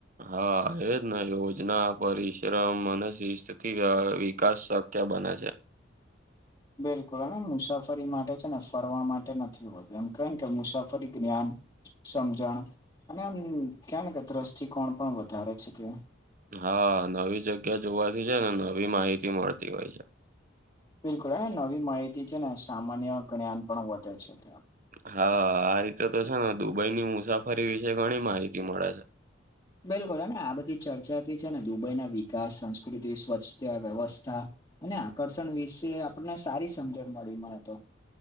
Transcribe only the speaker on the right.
હા એજ ને યોજના પરિશ્રમ અને શિસ્તથી વિકાસ- ક્યા બના છે.
હા નવી જગ્યા જોવાથી જ ને નવી માહિતી મળતી હોય છે.
હા આ રીતે તો છે ને દુબઈની મુસાફરી વિશે ઘણી માહિતી મળે છે.